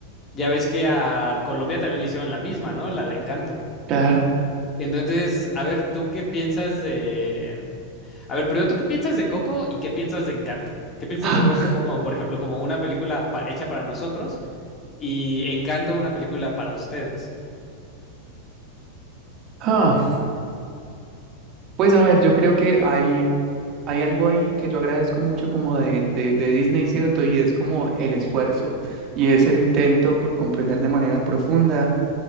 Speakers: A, on the left (about 25°); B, on the right (about 35°).
A: ya ves que a Colombia también le hicieron la misma, ¿no? La de Encanto.
B: claro.
A: Entonces, a ver, ¿tú qué piensas de... A ver, primero, ¿tú qué piensas de Coco y qué piensas de Encanto? ¿Qué piensas
B: Ah,
A: de Coco po- como, por ejemplo, como una película pa- hecha para nosotros? y Encanto una película para ustedes.
B: ah. Pues a ver, yo creo que hay, hay algo ahí que yo agradezco mucho como de, de, de Disney, ¿cierto? Y es como el esfuerzo y es el intento por comprender de manera profunda